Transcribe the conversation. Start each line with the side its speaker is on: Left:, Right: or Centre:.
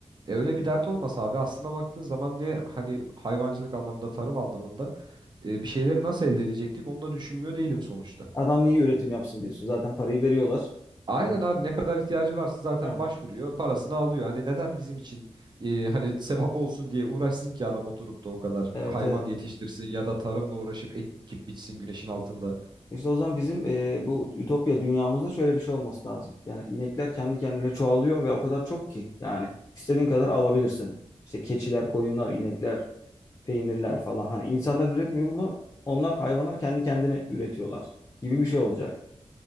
Right: E, öyle bir dert olmasa abi aslına baktığın zaman ne hani hayvancılık anlamında, tarım anlamında e, bir şeyleri nasıl elde edecektik onu da düşünmüyor değilim sonuçta.
Left: Adam niye üretim yapsın diyorsun. Zaten parayı veriyorlar.
Right: Aynen
Left: Adam.
Right: abi ne kadar ihtiyacı varsa zaten
Left: Heh.
Right: başvuruyor, parasını alıyor. Hani neden bizim için e, hani sevap olsun diye uğraşsın ki adam oturup da o kadar
Left: Evet
Right: hayvan
Left: evet.
Right: yetiştirsin ya da tarımla uğraşıp ekip biçsin güneşin altında.
Left: İşte o zaman bizim e, bu ütopya dünyamızda şöyle bir şey olması lazım. Yani inekler kendi kendine çoğalıyor ve o kadar çok ki yani istediğin kadar alabilirsin. İşte keçiler, koyunlar, inekler, peynirler falan. Hani insanlar üretmiyor bunu. Onlar hayvanlar kendi kendine üretiyorlar gibi bir şey olacak.